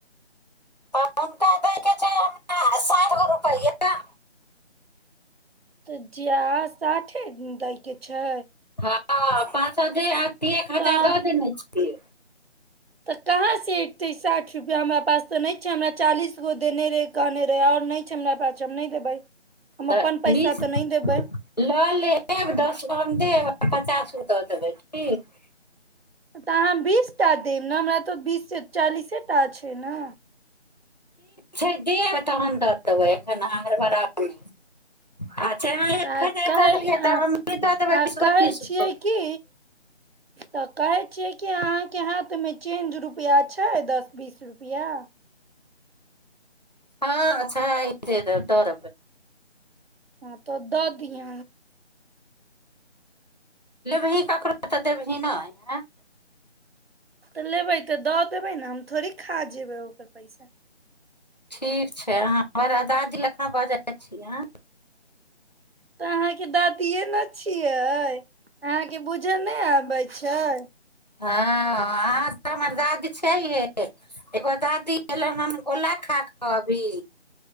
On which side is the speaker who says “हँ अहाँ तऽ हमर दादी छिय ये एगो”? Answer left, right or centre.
Left